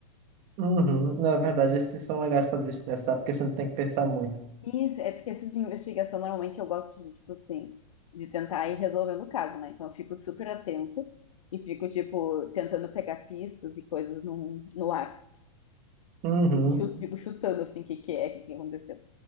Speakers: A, on the right; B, on the left.
A: Uhum. Na verdade, esses são legais pra desestressar, porque você não tem que pensar muito.
B: isso, é porque esses de investigação, normalmente eu gosto de, tipo, assim, de tentar ir resolvendo o caso, né? Então eu fico super atenta e fico, tipo, tentando pegar pistas e coisas no, no ar.
A: Uhum.
B: E chu- fico chutando, assim, o que que é, o que que aconteceu.